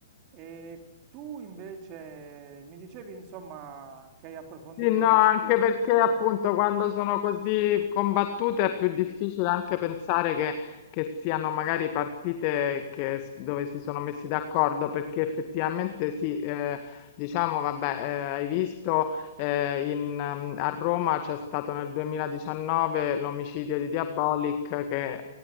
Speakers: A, on the right (about 30°); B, on the left (about 35°).
A: E tu invece mi dicevi, insomma, che hai approfondito
B: Sì, no,
A: questo
B: anche perché
A: fenomeno.
B: appunto quando sono così combattute è più difficile anche pensare che, che siano magari partite che s- dove si sono messi d'accordo, perché effettivamente sì, eh, diciamo, vabbè, eh, hai visto eh, in, ehm, a Roma c'è stato nel 2019 l'omicidio di Diabolic che